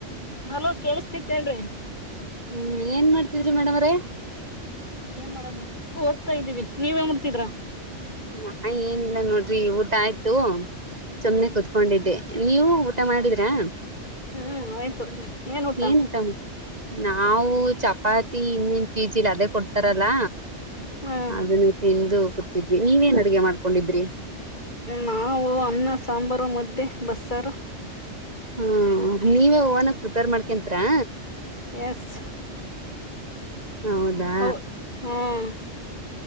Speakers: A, on the left; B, on the right.
A: ಹಲೋ ಕೇಳಸ್ತೇತಿ ಹೇಳ್ರಿ
B: ಹ್ಮ್ ಏನ್ ಮಾಡ್ತಿದರಿ ಮೇಡಮ್ ಅವ್ರೆ
A: ಏನ್ ಮಾಡೋದು ಓದ್ತಾ ಇದ್ದೀವಿ ನೀವೇನು ಮುಡ್ತಿದ್ರ
B: ನಾ ಏನಿಲ್ಲ ನೋಡ್ರಿ ಊಟ ಆಯ್ತು ಸುಮ್ನೆ
A: ಹ್ಮ್
B: ಕುೂತ್ಕೊಂಡಿದ್ದೆ ನೀವು ಊಟ ಮಾಡಿದ್ರಾ
A: ಹ್ಮ್ ಆಯ್ತು ಏನ್ ಊಟ
B: ಏನ <unintelligible> ನಾವು ಚಪಾತಿ ಇನ್ನನ್ <unintelligible> ಪಿ ಜಿಲಿ ಅದೇ ಕೊಡ್ತಾರಲ್ಲ
A: ಹ್ಮ್
B: ಅದನ್ನೇ ತಿಂದು ಕೂತಿದ್ವಿ ನೀವೇನ್ ಅಡುಗೆ ಮಾಡ್ಕೊಂಡಿದ್ರಿ
A: ನಾವ ಅನ್ನ ಸಾಂಬಾರು ಮದ್ದೆ ಬಸ್ಸಾರ
B: ಹ್ಮ ನೀವೇ ಹೊನಾಗಿ ಪ್ರಿಪೇರ್ ಮಾಡ್ಕಂತರಾ
A: ಎಸ್
B: ಹೌದಾ
A: ಹ ಹ್ಮ್